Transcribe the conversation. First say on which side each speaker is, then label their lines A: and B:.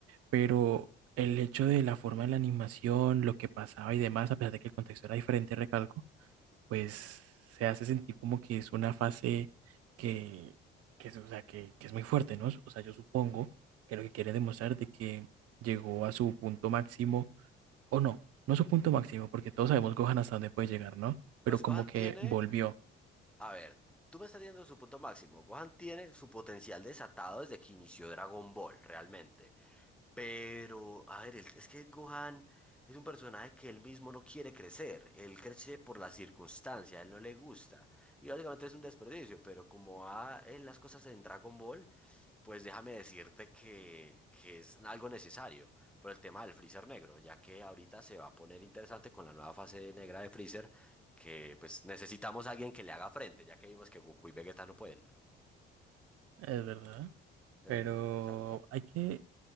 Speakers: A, on the right; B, in the centre.
A: pero el hecho de la forma de la animación, lo que pasaba y demás, a pesar de que el contexto era diferente, recalco pues se hace sentir como que es una fase que, que, es, o sea, que, que es muy fuerte, ¿no? O sea, yo supongo que lo que quiere demostrar de que llegó a su punto máximo, o no, no su punto máximo, porque todos sabemos Gohan hasta dónde puede llegar, ¿no?
B: Pues
A: Pero como
B: Gohan
A: que
B: tiene,
A: volvió,
B: a ver, tú me estás diciendo su punto máximo. Gohan tiene su potencial desatado desde que inició Dragon Ball, realmente. Pero, a ver, el- es que Gohan es un personaje que él mismo no quiere crecer. Él crece por la circunstancia, a él no le gusta. Y básicamente es un desperdicio, pero como va en las cosas en Dragon Ball, Pues déjame decirte que, que es algo necesario por el tema del freezer negro, ya que ahorita se va a poner interesante con la nueva fase negra de freezer, que pues necesitamos a alguien que le haga frente, ya que vimos que Goku y Vegeta no pueden.
A: es verdad.
B: Es
A: Pero
B: muy interesante.
A: hay que,